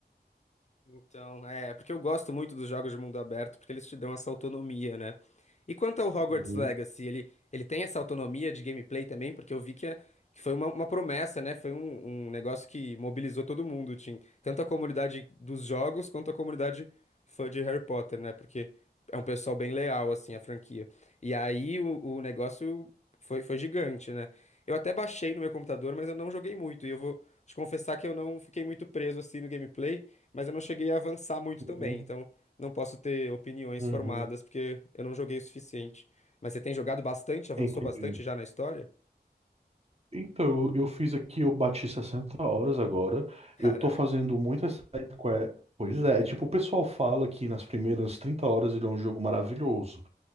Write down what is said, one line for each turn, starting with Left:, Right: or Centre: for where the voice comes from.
Left: Então, é, porque eu gosto muito dos jogos de mundo aberto, porque eles te dão essa autonomia, né? E quanto ao Hogwarts
Right: Uhum,
Left: Legacy, ele, ele tem essa autonomia de gameplay também, porque eu vi que, é- que foi uma, uma promessa, né? Foi um, um negócio que mobilizou todo mundo, Tim. Tanto a comunidade dos jogos quanto a comunidade fã de Harry Potter, né? Porque é um pessoal bem leal, assim, à franquia. E aí o, o negócio foi, foi gigante, né? Eu até baixei no meu computador, mas eu não joguei muito, e eu vou te confessar que eu não fiquei muito preso assim no gameplay mas eu não cheguei a avançar muito também,
Right: uhum,
Left: então não posso ter opiniões
Right: uhum.
Left: formadas porque eu não joguei o suficiente. Mas você tem jogado bastante, avançou
Right: Entendi.
Left: bastante já na história?
Right: Então, eu eu fiz aqui, eu bati 60 horas agora.
Left: Caraca.
Right: Eu tô fazendo muitas side que- Pois é, é tipo, o pessoal fala que nas primeiras 30 horas ele é um jogo maravilhoso.